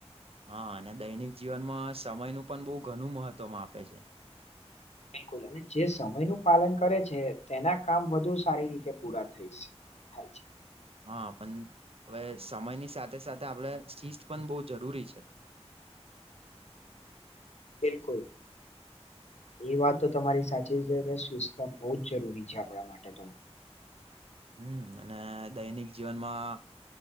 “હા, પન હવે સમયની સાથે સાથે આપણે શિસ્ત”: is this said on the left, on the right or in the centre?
Right